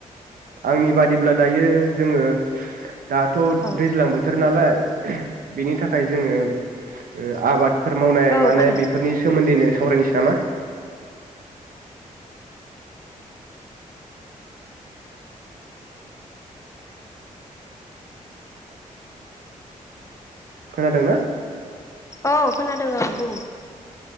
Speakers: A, on the right; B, on the left.
A: आंनि बादिब्ला दायो जोङो दाथ
B: औ
A: दैज्लां बोथोर नालाय बिनि थाखाय जोङो ओ आबाद फोर मावनाय
B: औ
A: मानाय
B: खोनादों
A: बेफोरनि सोमोन्दैनो सावरायनोस नामा खोनादोंना
B: औ खोनादों आं बुं